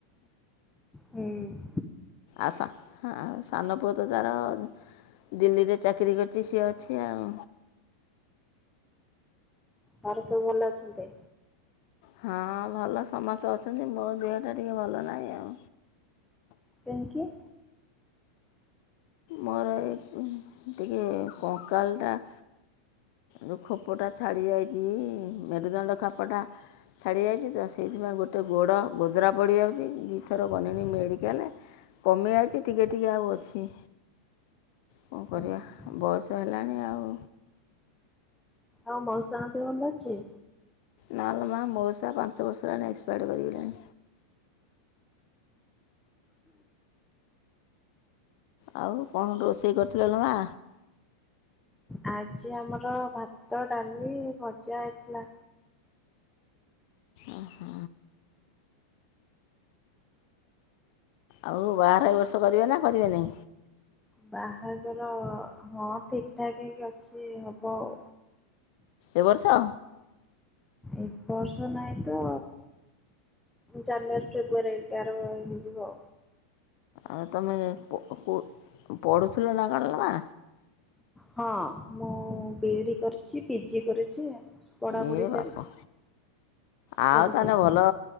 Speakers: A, in the centre; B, on the left (about 55°).
A: ହୁଁ ଉଁ
B: ଆଉ ସା-ସାନ ପୁଅ ତ ତାର ଦିଲ୍ଲୀରେ ଚାକିରି କରିଛି। ସିଏ ଅଛି ଆଉ।
A: ତାର ସବୁ ଭଲ ଅଛନ୍ତି?
B: ହଁ ଭଲ ସମସ୍ତେ ଅଛନ୍ତି। ମୋ ଦେହଟା ଟିକିଏ ଭଲ ନାହିଁ ଆଉ
A: ଥ୍ୟାଙ୍କ ୟୁ।
B: ମୋର ଏ ଟିକଏ କଙ୍କାଳଟା ଯୋଉ ଖୋପଟା ଛାଡ଼ି ଯାଇଛି। ମେରୁଦଣ୍ଡ ଖୋପଟା ଛାଡ଼ିଯାଇଛି ତ, ସେଇଥିପାଇଁ ଗୋଟେ ଗୋଡ଼ ଗୋଦରା ପଡ଼ିଯାଉଛି। ଦୁଇଥର ଗଲିଣି ମେଡ଼ିକାଲ। କମି ଯାଉଛି। ଟିକେ ଟିକେ ଆଉ ଅଛି। କଣ କରିବା?
A: ଓହୋ
B: ବୟସ ହେଲାଣି ଆଉ।
A: ଆଉ ମଉସାଙ୍କ ଦେହ ଭଲ ଅଛି?
B: ନାଲ ମା। ମଉସା ପାଞ୍ଚ ବର୍ଷ ହେଲାଣି ଏକ୍ସପାୟାର୍ କରିଗଲେଣି। ଆଉ କଣ ରୋଷେଇ କରିଥିଲ ନା ମା?
A: ଆଜି ଆମର ଭାତ ଡାଲି ଭଜା ହେଇଥିଲା।
B: ଓହୋ। ଆଉ ବାହାଘର ଏ ବର୍ଷ କରିବ ନା କରିବନି?
A: ବାହାଘର ହଁ ଠିକ ଠାକ ହେଇକି ଅଛି। ହବ ଆଉ।
B: ଏ ବର୍ଷ?
A: ଏଇ ବର୍ଷ ନାଇଁ ତ ଜାନୁଆରୀ ଫେବୃଆରୀ ପାର ହେଇଯିବ।
B: ଆଉ ତମେ ପ-ପ-ପଢ଼ୁଥିଲ ନା କଣ କି ମା?
A: ହଁ। ମୁଁ ବିଇଡି କରିଛି। ପିଜି କରିଛି। ପଢାପଢି
B: ଏ ବାପ।
A: ଚାଲିଛି। ସରିଯାଇଛି
B: ଆଉ ତା ହେଲେ ଭଲ।